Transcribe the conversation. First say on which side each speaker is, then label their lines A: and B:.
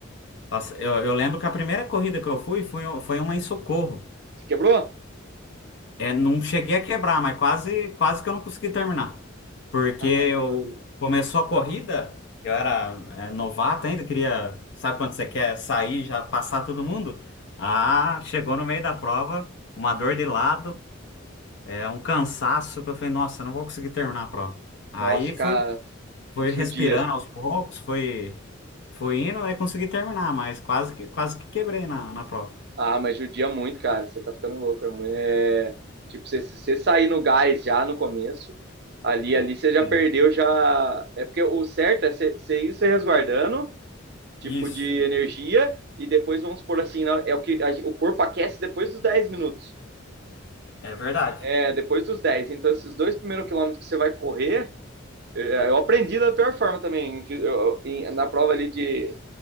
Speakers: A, on the left (about 60°); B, on the right (about 55°).
A: nossa, eu, eu lembro que a primeira corrida que eu fui foi, um, foi uma em Socorro.
B: Se quebrou?
A: É, não cheguei a quebrar, mas quase, quase que eu não consegui terminar. Porque
B: Caramba.
A: eu começou a corrida, eu era é, novato ainda, queria, sabe quando você quer sair, já passar todo mundo? Ah, chegou no meio da prova, uma dor de lado, é, um cansaço que eu falei, nossa, eu não vou conseguir terminar a prova. Aí
B: Nossa, cara,
A: fui, fui respirando
B: judia.
A: aos poucos, fui, fui indo, aí consegui terminar, mas quase que, quase que quebrei na, na prova.
B: Ah, mas judia muito, cara. Você tá ficando louco. É, muito, é... Tipo, se se você sair no gás já no começo, ali,
A: É,
B: ali você já
A: sim.
B: perdeu, já. É porque o certo é você você ir se resguardando, tipo,
A: Isso,
B: de energia, e depois, vamos supor assim, na- é o que a gen- o corpo aquece depois dos 10 minutos.
A: é verdade.
B: É, depois dos 10. Então, esses dois primeiros quilômetros que você vai correr, eu eu aprendi da pior forma também. Eu- eu- em- na prova ali de,